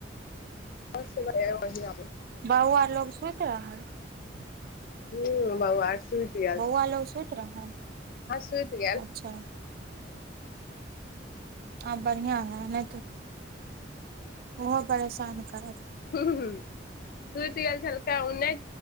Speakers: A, on the left (about 50°); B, on the right (about 50°).
A: त अहीै
B: बउ आ लोकोग सुत रहल ह
A: ह ब‌उ आ सुति गेल
B: बौआ
A: छै
B: लोग सुति रहल
A: हँ सुइत गेल
B: अच्छा आ बढ़िया ह नहि त ओहो परेशान कर
A: ह सुति गेल छल जा